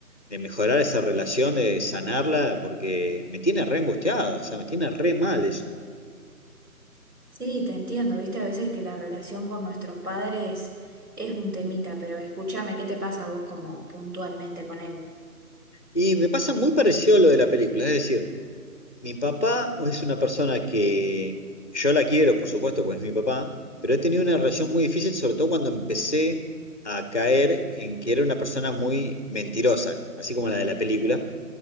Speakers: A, on the left (about 30°); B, on the right (about 85°).
A: de mejorar esa relación, de sanarla, porque me tiene re angustiado, o sea, me tiene re mal eso.
B: Sí, te entiendo, viste, a veces que la relación con nuestros padres es un temita, pero escúchame, ¿qué te pasa a vos como puntualmente con él?
A: Y me pasa muy parecido a lo de la película, es decir, mi papá es una persona que yo la quiero, por supuesto, porque es mi papá, pero he tenido una relación muy difícil, sobre todo cuando empecé a caer en que era una persona muy mentirosa, así como la de la película.